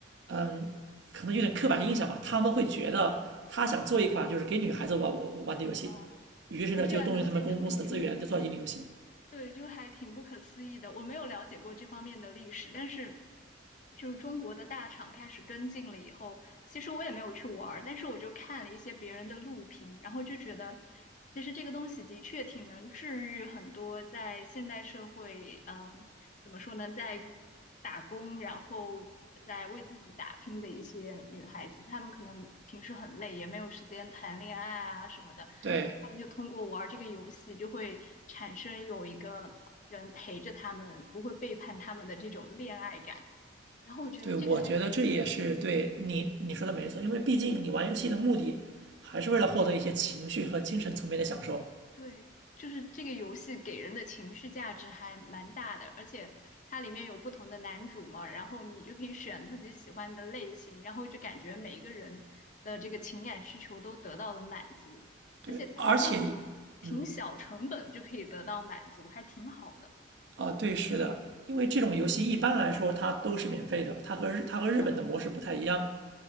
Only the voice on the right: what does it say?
嗯，可能有点刻板印象吧。他们会觉得他想做一款就是给女孩子玩玩玩的游戏，
于是呢就动用他们公公司的资源就做乙女游戏。
对，
对，我觉得这也是对你你说的没错，因为毕竟你玩游戏的目的还是为了获得一些情绪和精神层面的享受。
对，
而且，嗯，
啊，对，是的，因为这种游戏一般来说它都是免费的，它和日它和日本的模式不太一样。